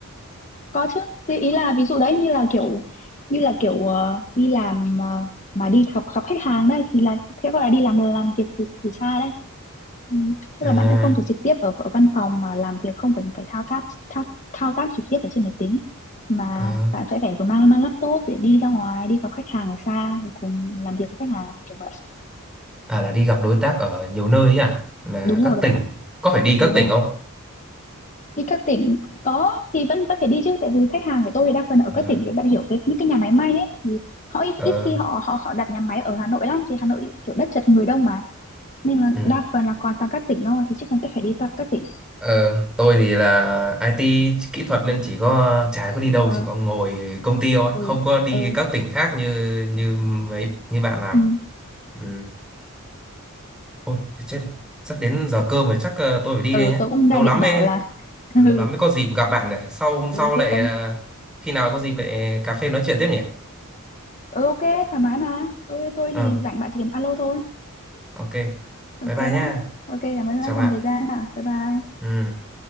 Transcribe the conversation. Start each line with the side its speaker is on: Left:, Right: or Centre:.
Left: có chứ Thế ý là ví dụ đấy như là kiểu như là kiểu ờ, đi làm ờ, mà đi gặp gặp khách hàng đây thì là thế gọi là đi làm làm việc từ từ xa đấy Ừ, tức
Centre: à,
Left: là bạn sẽ không phải trực tiếp ở, ở văn phòng mà làm việc không cần phải thao tác thao, thao tác trực tiếp ở trên máy tính mà
Centre: à,
Left: bạn sẽ phải vừa mang mang laptop để đi ra ngoài đi gặp khách hàng ở xa thì cùng làm việc với khách hàng kiểu vậy
Centre: à là đi gặp đối tác ở nhiều nơi ấy à là
Left: đúng
Centre: các
Left: rồi đó
Centre: tỉnh
Left: bạn ạ
Centre: có phải đi các
Left: đúng rồi
Centre: tỉnh không
Left: đi các tỉnh có thì vẫn vẫn phải đi chứ tại vì khách hàng của tôi thì đa phần ở
Centre: à,
Left: các tỉnh thì bạn hiểu cái những cái nhà máy may ấy thì họ ít
Centre: ờ,
Left: ít khi họ họ họ đặt nhà máy ở Hà Nội lắm thì Hà Nội kiểu đất chật người đông mà nên là
Centre: ừ.
Left: đa phần là còn toàn các tỉnh thôi thì chắc chắn sẽ phải đi các các tỉnh
Centre: Ờ, tôi thì là IT kỹ thuật nên chỉ có chả có đi đâu
Left: ờ
Centre: chỉ có ngồi công ty thôi
Left: ừ
Centre: không có đi
Left: ừ
Centre: các tỉnh khác như như mấy như bạn làm
Left: ừ
Centre: ừ. Ôi thì chết rồi sắp đến giờ cơm rồi chắc ờ, tôi phải đi
Left: ừ
Centre: đây nhé
Left: tôi cũng đang
Centre: lâu lắm
Left: định bảo
Centre: mới
Left: là <laughs>
Centre: lâu
Left: ừ
Centre: lắm mới có dịp gặp bạn nhỉ sau hôm
Left: ừ
Centre: sau
Left: thế
Centre: lại
Left: có
Centre: ờ, khi nào có dịp lại cà phê nói chuyện tiếp nhỉ
Left: ừ, ok thoải mái mà tôi tôi
Centre: ờ
Left: thì rảnh bạn chỉ cần alo thôi
Centre: ok bye
Left: ok
Centre: bye
Left: nhá
Centre: nhá
Left: ok cảm ơn đã
Centre: chào bạn
Left: dành thời gian hả bye bye
Centre: ừ.